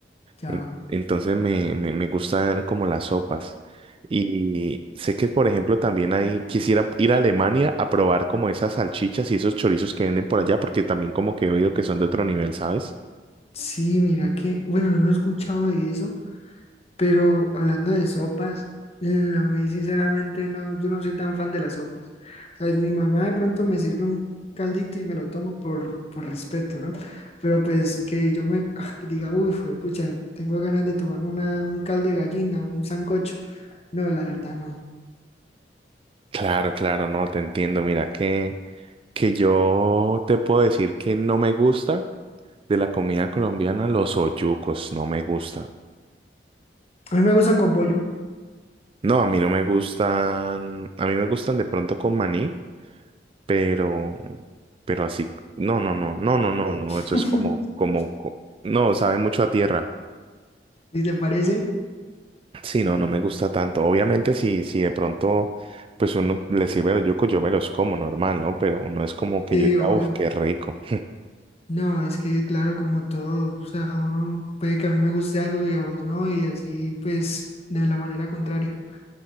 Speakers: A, on the left; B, on the right.
A: Ya,
B: En- Entonces me, me, me gustan como las sopas. Y sé que, por ejemplo, también hay, quisiera ir a Alemania a probar como esas salchichas y esos chorizos que venden por allá, porque también como que he oído que son de otro nivel, ¿sabes?
A: sí, mira que, bueno, yo no he escuchado de eso. Pero hablando de sopas, eh, a mí sinceramente no, yo no soy tan fan de las sopas. O sea, mi mamá de pronto me sirve un caldito y me lo tomo por, por respeto, ¿no? Pero pues que yo me ah, que diga, uy, fue, pucha, tengo ganas de tomarme una, un caldo de gallina, un sancocho. No, la verdad no.
B: Claro, claro, no, te entiendo. Mira que que yo te puedo decir que no me gusta de la comida colombiana, los oyucos no me gustan.
A: A mí me gustan con pollo,
B: No, a mí no me gustan, a mí me gustan de pronto con maní, pero, pero así, no, no, no, no, no, no, no, eso
A: <laughs>
B: es como, como, co- no, sabe mucho a tierra.
A: si te parece.
B: Sí, no, no me gusta tanto. Obviamente, si, si de pronto, pues uno le sirve los yucos, yo me los como normal, ¿no? Pero no es como que
A: Sí,
B: yo diga,
A: obvio.
B: uff, qué rico.
A: No, es que claro, como todo, o sea, uno puede que a mí me guste algo y a vos no, y así pues de la manera contraria.